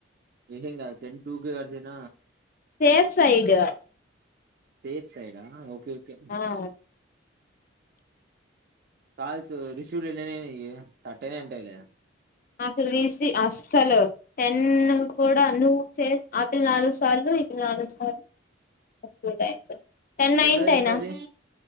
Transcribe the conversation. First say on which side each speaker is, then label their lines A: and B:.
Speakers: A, on the right; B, on the left.
A: నీకేం కాదు అ టెన్ టూ క గడసిన
B: సేఫ్ సైడ్
A: సేఫ్ సైడ్ ఆ ఓకే ఓకే
B: ఆ
A: కాల్స్ రిసీవ్డ్ ఎన్ని అయినాయి నీవి థర్టీ నే అయింటాలే
B: అక్కడ తీసి అస్సలు టెన్ను కూడా నువ్వు చే ఆపిల్ నాలుగు సార్లు ఇప్పుడు నాలుగు సార్లు ఉంటాయి సార్ టెన్ నైన్త్
A: ఎట్లా తెలుస్తది
B: అయినా